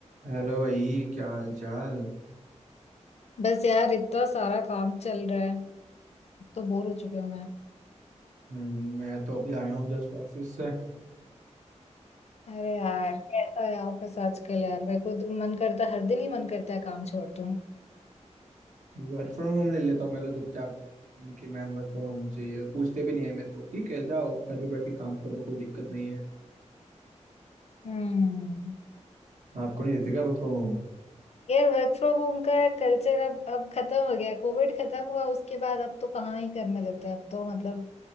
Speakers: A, on the right (about 80°); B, on the left (about 60°).
A: हेलो भाई क्या हाल चाल
B: बस यार इतना सारा काम चल रहा है तो बोर हो चुकी हूँ मैं
A: हम्म, मैं तो अभी आया हूँ जस्ट ऑफिस से <clears throat>
B: अरे यार कैसा है ऑफिस आजकल यार मेरे को दिन मन करता है हर दिन ही मन करता है काम छोड़ दूं
A: वर्क फ्रॉम होम ले लेता हूँ मैं तो चुपचाप कि मैम वर्क फ्रॉम होम चाहिए पूछते भी नहीं है मेरे को ठीक है जाओ घर पे बैठ के काम करो कोई दिक्कत नहीं है
B: हम्म
A: आपको नहीं देते क्या वर्क फ्रॉम होम
B: यार वर्क फ्रॉम होम का कल्चर अब अब खत्म हो गया कोविड खत्म हुआ उसके बाद अब तो कहाँ ही करने देते हैं अब तो मतलब